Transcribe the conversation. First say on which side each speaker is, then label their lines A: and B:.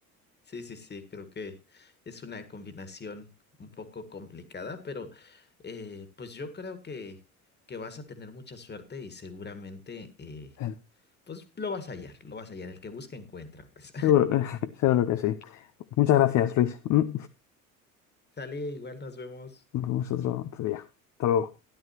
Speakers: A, on the left; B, on the left.
A: Sí, sí, sí, creo que es una combinación un poco complicada, pero eh, pues yo creo que, que vas a tener mucha suerte y seguramente eh,
B: Eh,
A: pues lo vas a hallar, lo vas a hallar. El que busca encuentra, pues.
B: Seguro, <laughs> seguro que sí. Muchas gracias, Luis. Mm,
A: <laughs> Sale, igual nos vemos.
B: Nos vemos otro otro día. Hasta luego.